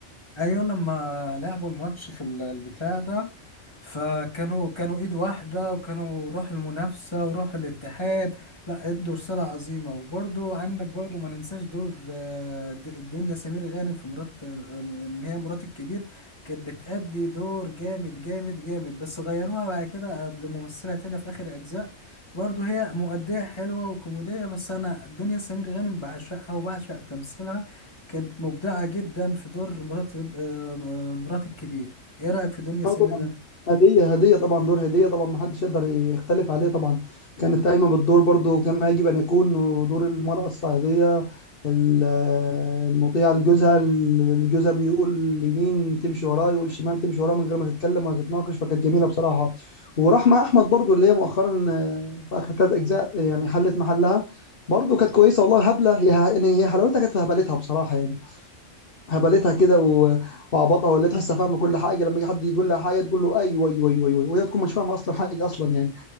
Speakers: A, on the left; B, on the left.
A: ايوه لما لعبوا الماتش في ال- البتاع ده فكانوا كانوا ايد واحده وكانوا روح المنافسه وروح الاتحاد لا ادوا رساله عظيمه وبرضو عندك برضو ما ننساش دور آه، د- الدنيا سمير غانم في مرات آه، ان هي مرات الكبير كانت بتأدي دور جامد جامد جامد بس غيروها بعد كده لممثله تانية في اخر اجزاء برضو هي مؤديه حلوه وكوميديه بس انا الدنيا سمير غانم بعشقها وبعشق تمثيلها كانت مبدعة جدا في دور مرات آه، آه، مرات الكبير ايه رأيك في دنيا سمير
B: اه طبعا
A: غانم
B: هدية هدية طبعا دور هدية طبعا ما حدش يقدر يختلف عليه طبعا كانت قايمة بالدور برضو كما يجب أن يكون ودور المرأة الصعيدية ال- المطيعة لجوزها اللي جوزها بيقول يمين تمشي وراه يقول شمال تمشي وراه من غير ما تتكلم ولا تتناقش فكانت جميلة بصراحة ورحمة أحمد برضو اللي هي مؤخرا آه، في آخر ثلاث أجزاء يعني حلت محلها برضو كانت كويسة والله هبلة هي يعني هي حلاوتها كانت في هبلتها بصراحة يعني هبلتها كده و- وعبطها ولا تحسها فاهمه كل حاجه لما يجي حد يقول لها حاجه تقول له ايوه ايوه ايوه ايوه أيوة، وهي تكون مش فاهمه اصلا حاجه اصلا يعني